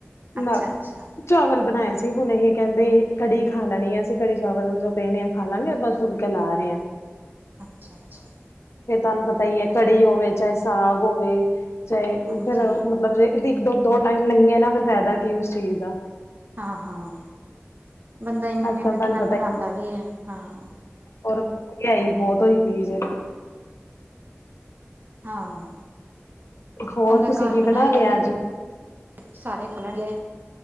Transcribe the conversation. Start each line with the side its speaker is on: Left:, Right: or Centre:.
Right: ਅੱਛਾ-ਅੱਛਾ
Left: ਨਾ ਚਾਵਲ ਬਨਾਏ ਸੀ ਹੁਨ ਏਹੇ ਕੇਂਦੇ, ਕੜੀ ਖਾ ਲੈਣੀ ਅਸੀਂ ਕੜੀ ਚਾਵਲ ਜੋ ਪੇ ਨੇ। ਖਾ ਲਾਂਗੇ ਬਸ ਫੁਲਕੇ ਲਾ ਰੇ ਆਂ।
Right: ਅੱਛਾ-ਅੱਛਾ।
Left: ਫੇਰ ਤੁਆਨੂੰ ਪਤਾ ਈ ਐ ਕੜੀ ਹੋਵੇ, ਚਾਹੇ ਸਾਗ ਹੋਵੇ, ਚਾਹੇ
Right: ਹਾਂਜੀ
Left: ਫੇਰ ਮਤਲਬ ਜੇ ਬਸ ਦੋ ਟਾਈਮ ਨਈ ਐ ਨਾ ਫੇਰ ਫਾਇਦਾ ਕੀ ਉਸ ਚੀਜ਼ ਦਾ।
Right: ਹਾਂ-ਹਾਂ, ਬੰਦਾ ਇੰਨੀ ਮਿਹਨਤ
Left: ਅੱਜ ਕੱਲ ਤੁਹਾਨੂੰ
Right: ਨਾਲ ਬਣਾਂਦਾ ਵੀ ਐ, ਹਾਂ।
Left: ਹੋਰ ਮਹਿੰਗਿਆਈ ਬੋਹੋਤ ਹੋਈ ਦੀ ਜੇ।
Right: ਹਾਂ,
Left: ਹੋਰ
Right: ਬੰਦਾ
Left: ਤੁਸੀਂ
Right: ਘਰ
Left: ਕੀ
Right: ਬਣਾਏਗਾ
Left: ਬਣਾ ਲਿਆ
Right: ਤੇ
Left: ਅੱਜ
Right: ਸਾਰੇ ਖਲਣਗੇ